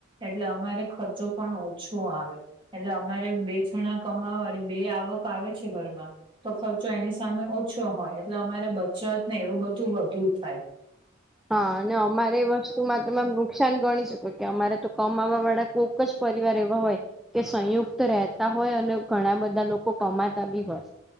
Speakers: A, on the right (about 25°); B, in the centre.
A: એટલે અમારે ખર્ચો પણ ઓછો આવે- એટલે અમારે બે છણા કમાવો બે આવક- આવેે છે ઘરમાં તો ખર્ચો એની સામે ઓ- ઓછો હોય એટલે અમારે બચત ને એવું બધું વધુ થાય-
B: હા અને અમારે વસ્તુમાં તમે નુકસાન ગણી શકો છો- કે અમારે તો કમાવા વાળા કોઈક જ પરિવાર એવા હોય. કે સંયુક્ત રહેતા હોય અને ઘણા બધા લોકો કમાતા બી હોય!